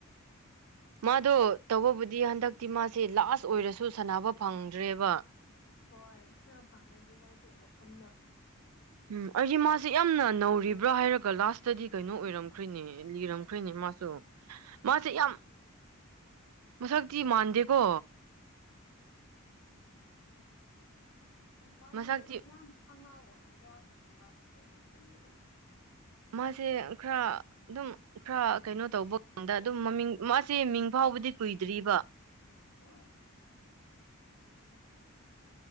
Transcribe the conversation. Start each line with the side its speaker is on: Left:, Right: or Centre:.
Right: ꯃꯥꯗꯣ ꯇꯧꯕꯕꯨꯗꯤ ꯍꯟꯗꯛꯇꯤ ꯃꯥꯁꯦ ꯂꯥꯁ ꯑꯣꯏꯔꯁꯨ ꯁꯥꯟꯅꯕ ꯐꯪꯗ꯭ꯔꯦꯕ
Left: ꯍꯣꯏ ꯈꯔ ꯐꯪꯔꯗꯤ ꯃꯥꯁꯨ ꯋꯥꯈꯟꯗꯣ
Right: ꯎꯝ ꯑꯩꯒꯤ ꯃꯥꯁꯦ ꯌꯥꯝꯅ ꯅꯧꯔꯤꯕ꯭ꯔꯥ ꯍꯥꯏꯔꯒ ꯂꯥꯁꯇꯗꯤ ꯀꯩꯅꯣ ꯑꯣꯏꯔꯝꯈ꯭ꯔꯦꯅꯦ ꯂꯤꯔꯝꯈ꯭ꯔꯦꯅꯦ ꯃꯥꯁꯨ
Left: ꯑꯁ ꯅꯪꯁꯨ
Right: ꯃꯥꯁꯦ ꯌꯥꯝ
Left: ꯂꯩꯈ꯭ꯔꯦ
Right: ꯃꯁꯛꯇꯤ ꯃꯥꯟꯗꯦꯀꯣ
Left: ꯎꯝ ꯃꯥꯗꯤ
Right: ꯃꯁꯛꯇꯤ
Left: ꯌꯥꯝ ꯑꯉꯥꯡ ꯑꯣꯏꯅ ꯌꯥꯎꯗꯕ ꯃꯥꯜꯂꯤꯗ ꯑꯩꯅ ꯈꯟꯕꯗ
Right: ꯃꯥꯁꯦ ꯈꯔ ꯑꯗꯨꯝ ꯈꯔ ꯀꯩꯅꯣ ꯇꯧꯕꯀꯟꯗ ꯑꯗꯨꯝ ꯃꯃꯤꯡ ꯃꯥꯁꯦ ꯃꯤꯡ ꯐꯥꯎꯕꯗꯤ ꯀꯨꯏꯗ꯭ꯔꯤꯕ
Left: ꯍꯣꯏ